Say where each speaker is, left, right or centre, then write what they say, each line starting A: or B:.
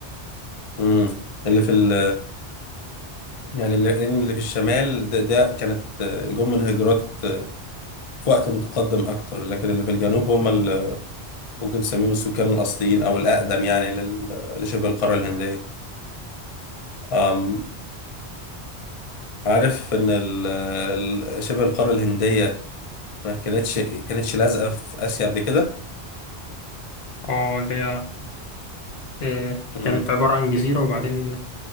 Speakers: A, on the left (about 45°); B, on the left (about 70°).
A: امم اللي في ال يعني اللي, اللي في الشمال ده, ده كانت آه، جم من هجرات آه، في وقت متقدم أكتر لكن اللي في الجنوب هم اللي ممكن تسميهم السكان الأصليين أو الأقدم يعني لل- لشبه القارة الهندية أم عارف إن ال- ال- شبه القارة الهندية ما كانتش كانتش لازقة في آسيا قبل كده
B: اه اللي هي آه،
A: امم
B: كانت عبارة عن جزيرة وبعدين